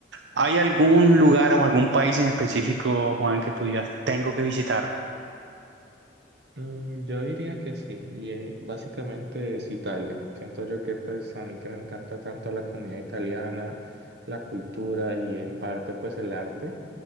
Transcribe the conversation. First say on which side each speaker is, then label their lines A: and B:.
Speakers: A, on the right (about 80°); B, on the right (about 65°).
A: ¿Hay algún lugar o algún país en específico, Juan, que tú digas, tengo que visitarlo?
B: Mm, yo diría que sí, y eh, básicamente es Italia. Siento yo que pues a mí que me encanta tanto la comida italiana, la cultura y en parte pues el arte,